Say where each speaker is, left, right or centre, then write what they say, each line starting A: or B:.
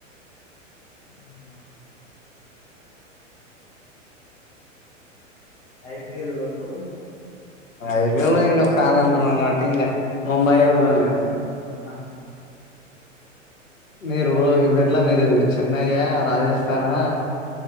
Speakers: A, on the left (about 65°); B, on the left (about 80°).
A: ఉమ్ ఐపిఎల్ అబ్డు
B: ఐపియల్ ఇంగ ఫ్యాన్ అంటున్నాన్ కాబట్టి ఇంగ మొంబైయే బ్రో నేను
A: ఆ
B: మీరు ఇబ్డ్ఎట్ల మీరు చెన్నైయ్యా రాజస్థానా
A: అదే